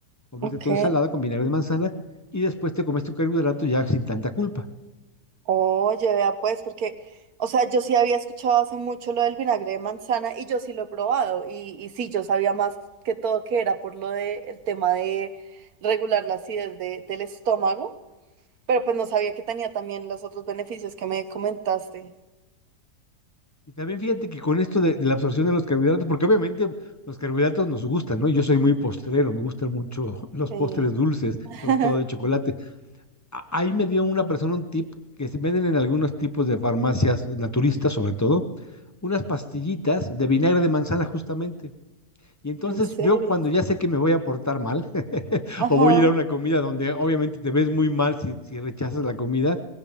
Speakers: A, on the left; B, on the right.
A: comerte
B: Ok.
A: tu ensalada con vinagre de manzana y después te comes tu carbohidrato ya sin tanta culpa.
B: Oye, vea pues, porque, o sea, yo sí había escuchado hace mucho lo del vinagre de manzana y yo sí lo he probado y, y sí, yo sabía más que todo que era por lo de el tema de regular la acidez de- del estómago, pero pues no sabía que tenía también los otros beneficios que me comentaste.
A: Y también fíjate que con esto de, de la absorción de los carbohidratos, porque obviamente los carbohidratos nos gustan, ¿no? Yo soy muy postrero, me gustan mucho <laughs> los
B: Sí.
A: postres dulces,
B: <laughs>
A: sobre todo de chocolate. A- Ahí me dio una persona un tip que se venden en algunos tipos de farmacias naturistas, sobre todo, unas pastillitas de vinagre de manzana justamente Y entonces
B: ¿En serio?
A: yo cuando ya sé que me voy a portar mal <laughs>
B: Ajá.
A: o voy a ir a una comida donde obviamente te ves muy mal si, si rechazas la comida,